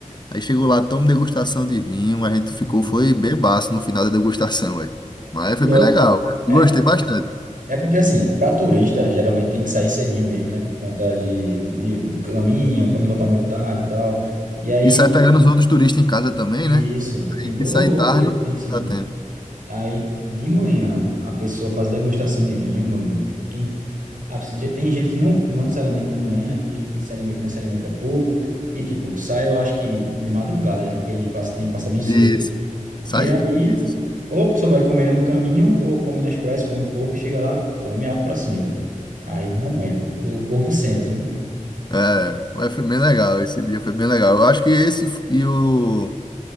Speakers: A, on the left; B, on the right.
A: Aí chegou lá, tomamos degustação de vinho. A gente ficou,
B: Hum,
A: foi bebaço no final da degustação, velho. Mas
B: pior.
A: foi bem legal. Eu
B: É,
A: Gostei bastante.
B: é porque assim, para turista, geralmente tem que sair cedinho mesmo, né, por conta de, de, do caminho, para não voltar muito tarde e tal. E aí
A: E sai pegando os outros turistas em casa também,
B: E
A: né?
B: Isso, tem
A: Aí
B: toda
A: se sair
B: a roteiro
A: tarde,
B: que tem que seguir.
A: não dá tempo.
B: Aí, de manhã, a pessoa faz degustação de vinho, meu amigo. Quem, a- tem gente que não, não se alimenta de manhã, né? Tem gente que se alimenta, mas se alimenta pouco. E, tipo, sai, eu acho que de madrugada, né? Porque eles passam, tem que passar bem cedo.
A: Isso. Sai.
B: E aí,
A: Isso.
B: ou a pessoa vai comendo no caminho, ou come na expresso, come pouco, chega lá, tome algo pra cima. Aí, realmente, o corpo sente, viu?
A: É, mas foi bem legal. Esse dia foi bem legal. Eu acho que esse f- e o.